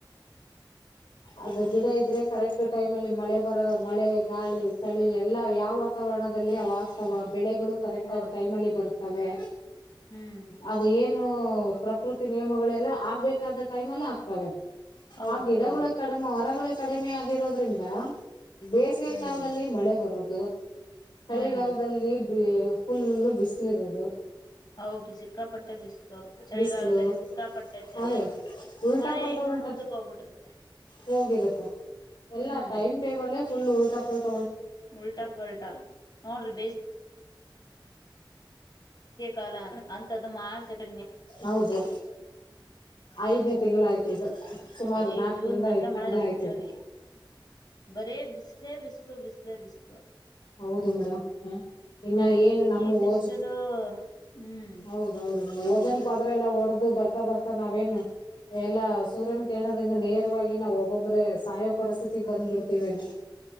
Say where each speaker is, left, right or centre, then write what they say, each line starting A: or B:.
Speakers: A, on the left; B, on the left.
A: ಅದು ಗಿಡ ಇದ್ರೆ ಕರೆಕ್ಟ್ ಟೈಮ್ ಅಲ್ಲಿ ಮಳೆ ಬರ ಮಳೆ ಗಾಳಿ ಚಳಿ ಎಲ್ಲಾ ಯಾವ ವಾತಾವರಣದಲ್ಲಿ ಅವಾಗತವ ಬೆಳೆಗಳು ಕರೆಕ್ಟ್
B: ಹೌದು
A: ಆಗ ಟೈಮ್ ಅಲ್ಲಿ ಬರುತ್ತೆ ತವೇ
B: ಹ್ಮ್
A: ಅದೇ ನು ಪ್ರಕೃತಿ ನಿಯಮಗಳೆಲ್ಲ ಆಗ್ಬೇಕಾದ ಟೈಮ್ಲ್ಲ ಆಗ್ತವೆ
B: ಹೌದು
A: ಆ ಗಿಡಗಳ
B: ಹೌದು
A: ಕಡಮೆ ಮರಗಳ ಕಡಿಮೆ ಆಗಿರೋದ್ರಿಂದ ಬೇಸಿಗೆ
B: ಹ್ಮ್
A: ಕಾಲದಲ್ಲಿ ಮಳೆ ಬರೋದು ಹ
B: ಹ್ಮ್
A: ಚಳಿಗಾಲದಲ್ಲಿ ಫುಲ್ ಬಿಸಿಲಿ ಇರೋದು
B: ಹೌದು ಸಿಕ್ಕಾಪಟ್ಟೆ ಬಿಸಿಲು ಚಳಿಗಾಲದಲ್ಲಿ
A: ಬಿಸ್ಲು
B: ಸಿಕ್ಕಾಪಟ್ಟೆ ಚಳಿ
A: ಹೂ ಉಲ್ಟಾ
B: ಮಳೆ
A: ಪಲ್ಟಾ
B: ಇನ್ನೂ
A: ಉಲ್ಟ
B: ಮುಂದಕ್ ಹೋಗ್ಬಿಟ್ಟಿರುತ್ತೆ
A: ಹೋಗಿರುತ್ತೆ
B: ಹ್ಮ್
A: ಎಲ್ಲ ಟೈಮ್ ಟೇಬಲೇ ಫುಲ್ ಉಲ್ಲಟ ಪಲ್ಲಟ
B: ಉಲ್ಟಾ ಪಲ್ಟಾ ನೋಡ್ರಿ ಬೇಸ್ ಕಾಲ ಅಂತ್ದು ಮಾರ್ಚ್ಏಪ್ರಿಲ್
A: ಹೌದು ಐದನೇ ತಿಂಗಳ ಆಯ್ತು ಇದು ಸುಮಾರು
B: ಈ
A: ನಾಲ್ಕರಿಂದ
B: ಜನ್ ಅಂದ್ರೆನ್
A: ಐದ್ ತಿಂಗಳ ಆಯ್ತು ಇದು
B: ಬರಿ ಬಿಸಿಲು ಬಿಸ್ಲೇ ಬಿಸ್ಲು ಬಿಸಲೆ ಬಿಸ್ಲು
A: ಹೌದು ಮೇಡಮ್ ಹಾ ಇನ್ನು ಏನು ನಮ್ಮ
B: ಈ ಬಿಸಿಲು
A: ಓಜ
B: ಹ್ಮ್
A: ಹೌದೌದು ಇನ್ನುಓ ಓಜೋನ ಪದ್ರ ಎಲ್ಲಾ ಒಡ್ದ ಬರ್ತಾ ಬರ್ತಾ ನಾವೇನ್ ಎಲ್ಲಾ ಸೂರ್ಯನ ಕಿರಣೋದಿಂದ ನೇರವಾಗಿ ನಾವ್ ಒಬ್ಬೊಬ್ರೆ ಸಾಯೋ ಪರಿಸ್ಥಿತಿ ಬಂದ್ಬಿಡ್ತಿವೇನ.